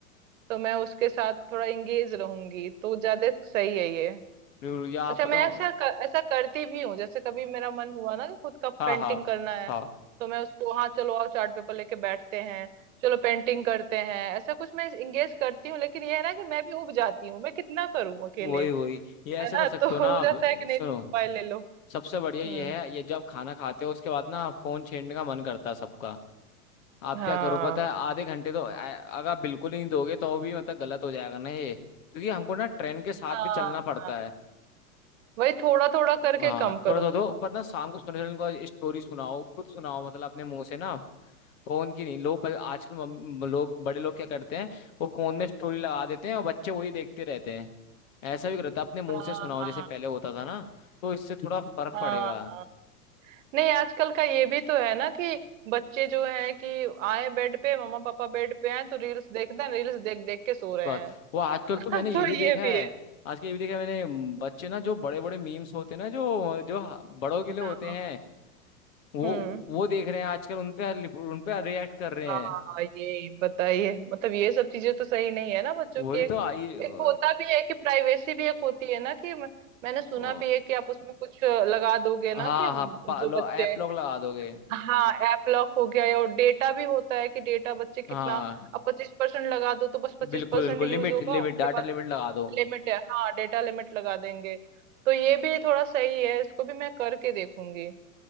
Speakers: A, on the right (about 55°); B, on the left (about 60°).
A: तो मैं उसके साथ थोड़ा इंगेज रहूंगी तो ज्यादा सही है ये
B: बिल्कुल, या आप
A: अच्छा
B: बताओ
A: मैं ऐसा कर, ऐसा करती भी हूँ जैसे कभी मेरा मन हुआ ना कि खुद का
B: हाँ
A: पेंटिंग
B: हाँ
A: करना है
B: हाँ
A: तो मैं उसको हाँ चलो आओ चार्ट पेपर लेके बैठते हैं चलो पेंटिंग करते हैं ऐसा कुछ मैं इंगेज करती हूँ लेकिन ये है ना कि मैं भी उब जाती हूँ मैं कितना करूँ अकेले
B: वही वही ये ऐसे
A: है ना
B: कर सकते
A: तो
B: हो
A: हो
B: ना आप
A: जाता है कि नहीं
B: सुनो
A: तो मोबाइल ले लो
B: सबसे बढ़िया ये
A: हम्म
B: है ये जब खाना खाते हो उसके बाद ना फोन छेड़ने का मन करता है सबका आप
A: हाँ
B: क्या करो पता है आधे
A: हाँ
B: घंटे तो अ- अगर आप बिल्कुल ही नहीं दोगे तो भी मतलब गलत हो जाएगा ना ये क्योंकि हमको ना ट्रेन के साथ
A: हाँ
B: भी चलना
A: हाँ
B: पड़ता
A: हाँ।
B: है
A: वही थोड़ा थोड़ा करके
B: हाँ
A: कम
B: थोड़ा
A: करूं
B: सा दो पर ना शाम को सोने से पहले उनको स्टोरी सुनाओ खुद सुनाओ मतलब अपने मुंह से ना फोन की नहीं लोग पर- आजकल मम- लोग बड़े लोग क्या करते हैं वो फोन में स्टोरी लगा देते हैं और बच्चे वही देखते रहते हैं ऐसा भी करता अपने मुंह
A: हाँ
B: से सुनाओ
A: हाँ
B: जैसे पहले होता था ना तो इससे थोड़ा फर्क
A: हाँ
B: पड़ेगा
A: हाँ नहीं आजकल का ये भी तो है ना कि बच्चे जो है कि आए बेड पे मम्मा पापा बेड पे हैं तो रील्स देखना रील्स देख देख के सो रहे
B: बस
A: हैं
B: वो आजकल तो
A: <laughs>
B: मैंने ये
A: तो
B: भी
A: ये
B: देखा
A: भी
B: है
A: है
B: आजकल ये भी देखा है मैंने म, बच्चे ना जो बड़े बड़े मीम्स होते हैं ना जो जो ह- बड़ों के
A: हाँ
B: लिए होते
A: हाँ।
B: हैं वो
A: हम्म
B: वो देख रहे हैं आजकल उन पे लिप- उन पे रिएक्ट कर रहे
A: हाँ
B: हैं
A: ये बताइए मतलब ये सब चीजें तो सही नहीं है ना बच्चों
B: वही
A: की
B: तो
A: एक
B: आई अ,
A: एक होता भी है कि प्राइवेसी भी एक होती है ना कि म- मैंने सुना
B: अ,
A: भी है कि आप उसमें कुछ लगा दोगे ना
B: हाँ
A: कि
B: हाँ पा,
A: जो
B: लो,
A: बच्चे
B: ऐप लॉक लगा दोगे
A: हाँ ऐप लॉक हो गया है और डेटा भी होता है कि डेटा बच्चे कितना
B: हाँ
A: अब पच्चीस परसेंट लगा दो तो बस पच्चीस
B: बिल्कुल
A: परसेंट
B: बिल्कुल
A: यूज
B: लिमिट
A: होगा
B: लिमिट
A: उसके
B: डाटा
A: बाद
B: लिमिट लगा दो
A: लिमिट है हाँ डेटा लिमिट लगा देंगे तो ये भी थोड़ा सही है इसको भी मैं करके देखूंगी